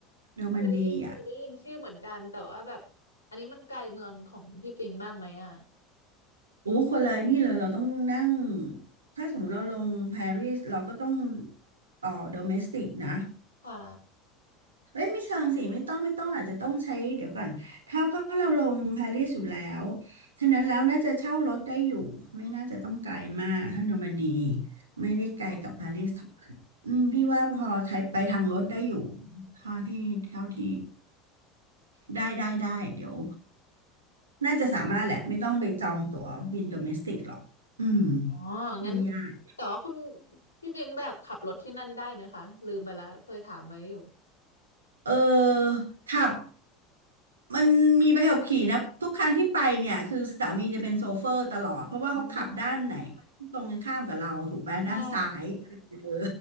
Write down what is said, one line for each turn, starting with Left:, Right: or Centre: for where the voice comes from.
Right: นอร์มันดีอ่ะ
Left: เคยได้ยินเคยได้ยินชื่อเหมือนกันแต่ว่าแบบอันนี้มันไกลเมืองของพี่ปิงมากไหมอ่ะ
Right: โอ้คนเลยนี่เลยเราต้องนั่งถ้าสมมติเราลงปารีสเราก็ต้องต่อโดเมสติกนะ
Left: ค่ะ
Right: เอ้ยไม่เชิงสิไม่ต้องไม่ต้องอาจจะต้องใช้เดี๋ยวก่อนถ้าเพราะเราลงปารีสอยู่แล้วฉะนั้นแล้วน่าจะเช่ารถได้อยู่ไม่น่าจะต้องไกลมากถ้าโนมันดีไม่ได้ไกลกับปารีสเท่าไหร่อืมพี่ว่าพอใช้ไปทางรถได้อยู่
Left: อ๋อ
Right: เท่าที่เท่าที่ได้ได้ได้เดี๋ยวน่าจะสามารถแหละไม่ต้องไปจองตั๋วบินโดเมสติกหรอกอืม
Left: อ๋อ
Right: ไม่ยาก
Left: งั้นแต่ว่าคุณพี่เบงแบบขับรถที่นั่นได้ไหมคะลืมไปแล้วเคยถามไว้อยู่
Right: เออขับ มันมีใบขับขี่นะทุกครั้งที่ไปเนี่ยคือสามีจะเป็นโชเฟอร์ตลอดเพราะว่าเขาขับด้านไหนเขาตรงกันข้ามกับเราถูกไหมด้านซ้าย
Left: อืมใช่
Right: <laughs> เออ